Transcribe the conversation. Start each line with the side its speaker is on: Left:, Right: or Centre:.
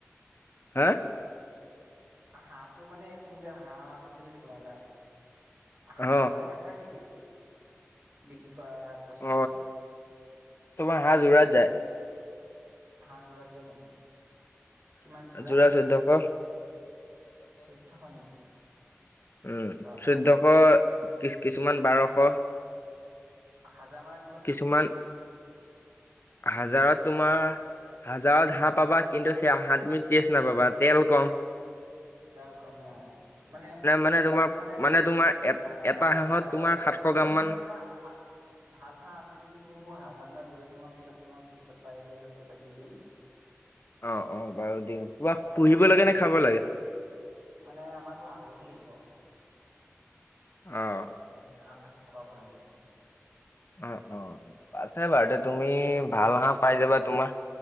Left: হে?
Right: হাঁহটো মানে তুমি যে হাঁহ আছে বুলি কৈছো তোমাৰ তাত, হাঁহৰো
Left: অ
Right: এনে কুৱাই নেকি বিক্ৰি কৰা প্ৰচেছটো,
Left: অ তোমাৰ হাঁহ যোৰাত যায়
Right: হাঁহ যোৰাত যায় নেকি? কিমান যোৰা
Left: যুৰা চৈধ্যশ।
Right: চৈধ্যশ হয় নেকি।
Left: উমঁ'
Right: বা বা
Left: চৈধ্যশ কি কিছুমান বাৰশ।
Right: হাজাৰ মান
Left: কিছুমান হাজাৰত তোমাৰ, হাজাৰত হাঁহ পাবা কিন্তু সেয়া হাঁহ তুমি টষ্ট নাপাবা, তেল কম।
Right: তেল কম অ' মানে
Left: মানে তোমাৰ
Right: মোক মানে
Left: তোমাৰ এ
Right: হাজাৰ,
Left: এটা হাঁহত
Right: হাজাৰত
Left: তোমাৰ
Right: তাৰ
Left: সাতশ
Right: অ'
Left: গ্ৰাম
Right: তুমি
Left: মান
Right: মানে তোমাৰ ভাত ভাল হাঁহ আছে যদি তুমি মোক, হাজাৰ মানত দিবা চোন মই পিছত তোমাক পিছত পাৰিলে পইচাটো দি দিম।
Left: অ', অ' বাৰু দিম তোমাক
Right: বাকী মই
Left: পুহিব
Right: হাজাৰ
Left: লাগে
Right: মান
Left: নে খাব
Right: দি দিম
Left: লাগে?
Right: মানে আমাৰ ঘৰত আলহী আহিব।
Left: অহ'।
Right: মানে আলহীক খুৱাব লাগিছিল।
Left: অ', অ' আছে বাৰুতে তুমি ভাল হাঁহ পাই যাবা, তোমাৰ